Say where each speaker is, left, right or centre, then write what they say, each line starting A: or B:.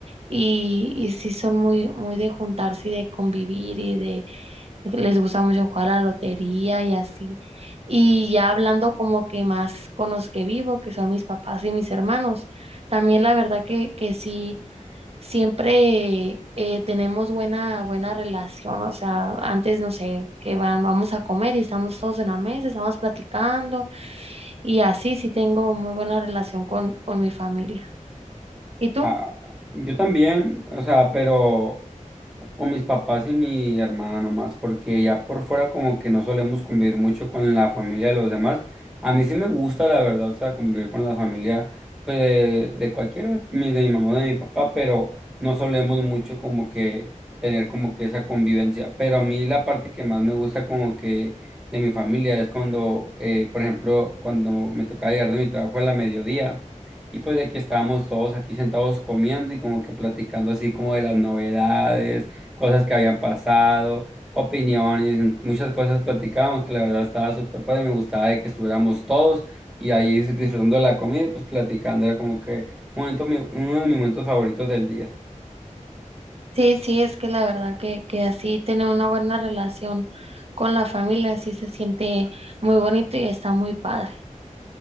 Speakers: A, on the right; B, in the centre.
A: y, y sí son muy, muy de juntarse y de convivir y de, les gusta mucho jugar a la lotería y así. Y ya hablando como que más con los que vivo, que son mis papás y mis hermanos, también la verdad que, que sí siempre eh, tenemos buena, buena relación, o sea, antes, no sé, que van, vamos a comer y estamos todos en la mesa, estamos platicando y así sí tengo muy buena relación con, con mi familia. ¿Y tú?
B: Ah, yo también, o sea, pero con mis papás y mi hermana nomás, porque ya por fuera como que no solemos convivir mucho con la familia de los demás. A mí sí me gusta, la verdad, o sea, convivir con la familia pues, de, de cualquiera, mi- de mi mamá, de mi papá, pero no solemos mucho como que tener como que esa convivencia. Pero a mí la parte que más me gusta como que de mi familia es cuando, eh, por ejemplo, cuando me tocaba llegar de mi trabajo a la mediodía. Y pues de que estábamos todos aquí sentados comiendo y como que platicando así como de las novedades, cosas que habían pasado, opiniones, muchas cosas platicábamos que la verdad estaba súper padre, me gustaba de que estuviéramos todos y ahí disfrutando de la comida y pues platicando, era como que momento, mi- uno de mis momentos favoritos del día.
A: Sí, sí, es que la verdad que, que así tener una buena relación con la familia, así se siente muy bonito y está muy padre.